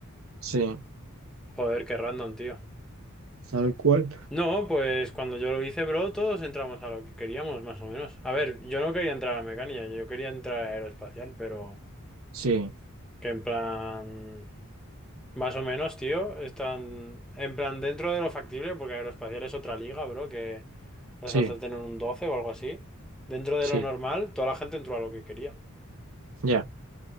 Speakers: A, on the right; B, in the centre.
A: sí,
B: Joder, qué random, tío.
A: tal cual.
B: No, pues cuando yo lo hice, bro, todos entramos a lo que queríamos, más o menos. A ver, yo no quería entrar a mecánica, yo quería entrar a aeroespacial, pero
A: Sí,
B: que en plan, más o menos, tío, están en plan dentro de lo factible, porque aeroespacial es otra liga, bro, que hace
A: sí,
B: falta tener un 12 o algo así. Dentro de
A: sí,
B: lo normal, toda la gente entró a lo que quería.
A: ya,